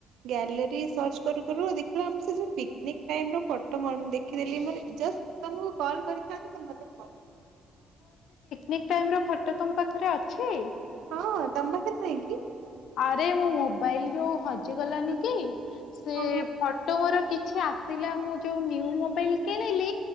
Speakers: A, on the right; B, on the left.
A: ଗ୍ୟାଲେରୀ ସର୍ଚ୍ଚ କରୁ ପରୁ ଦେଖିଲା ଆମର ସେ ଯୋଉ ପିକନିକ୍ ଟାଇମ ର ଫଟୋ ଦେଖିଦେଲି ମୋର ଜଷ୍ଟ ତମକୁ କଲ୍ କରିଥାନ୍ତି ତତ
B: ନିକ ଟାଇମ ର ଫଟୋ ତୁମ ପାଖରେ ଅଛି।
A: ହଁ ତମ୍ୱ ପାଖରେ ନାହିଁକି?
B: ଆରେ ମୋ ମୋବାଇଲ ଯୋଉ ହଜିଗଲଣିି କି। ସେ
A: ଓହୋ
B: ଫଟୋ ମୋର କିଛି ଆସିଲା ମୁଁ ଯୋଉ ନିଉ ମୋବାଇଲ କିଣିଲି।